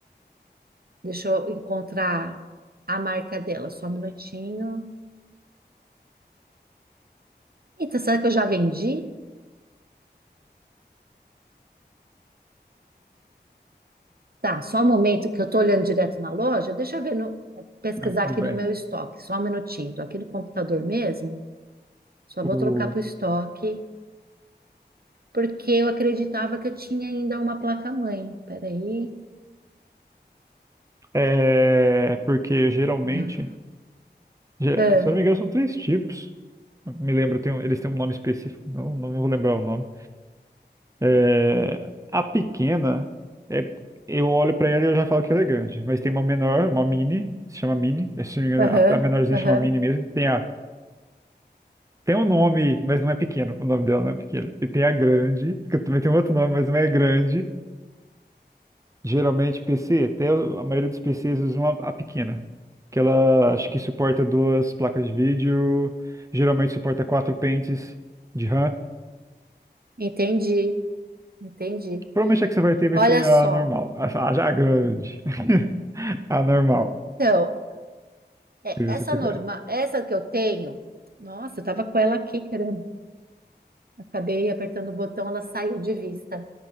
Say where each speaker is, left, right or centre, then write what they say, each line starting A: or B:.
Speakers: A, on the right; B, on the right.
A: Deixa eu encontrar a marca dela, só um minutinho. Eita, será que eu já vendi? Tá, só um momento que eu tô olhando direto na loja. Deixa eu ver no, pesquisar
B: Não, tudo
A: aqui
B: bem.
A: no meu estoque, só um minutinho. Tô aqui no computador mesmo, só
B: O,
A: vou trocar pro estoque, porque eu acreditava que eu tinha ainda uma placa-mãe. Peraí.
B: é, porque geralmente,
A: Ah,
B: ge-
A: ah,
B: se eu não me engano, são três tipos. Me lembro, tem um- eles têm um nome específico, não, não vou lembrar o nome. É, a pequena, é, eu olho pra ela e eu já falo que ela é grande, mas tem uma menor, uma mini, se chama mini, é, se não me engano,
A: Aham,
B: a, a menorzinha
A: aham,
B: chama mini mesmo. Tem a, tem um nome, mas não é pequeno, o nome dela não é pequeno. E tem a grande, que também tem um outro nome, mas não é grande. Geralmente PC, até o- a maioria dos PCs usam a, a pequena, que ela acho que suporta duas placas de vídeo, geralmente suporta quatro pentes de RAM.
A: entendi, entendi.
B: Provavelmente a que você vai ter vai
A: Olha
B: ser a
A: só,
B: normal. A, a já grande. <laughs> A normal,
A: então, é,
B: se
A: essa
B: você tiver.
A: norma, essa que eu tenho, nossa, eu tava com ela aqui, caramba. Acabei apertando o botão, ela saiu de vista.